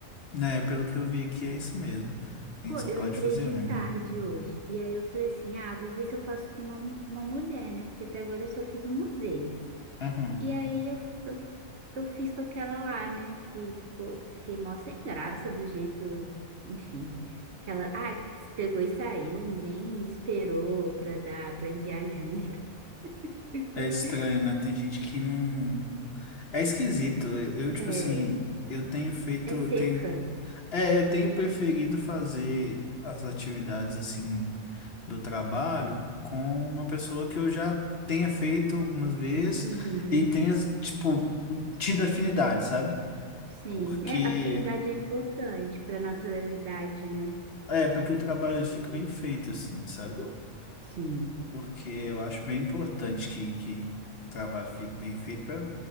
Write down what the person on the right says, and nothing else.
Pô,
eu
entrei
de
tarde hoje. E aí eu falei assim: ah, vou ver se eu faço com uma, mu- uma mulher, né? Porque até agora eu só fiz uma vez.
E aí eu, eu, eu fiz com aquela lá, né? Que ficou, fiquei mó sem graça do jeito, enfim. Que ela, ah, pegou e saiu, nem esperou pra dar, pra enviar junto. <laughs>
É,
é seca.
Uhum,
sim,
é, afinidade é importante pra naturalidade, né?
Sim.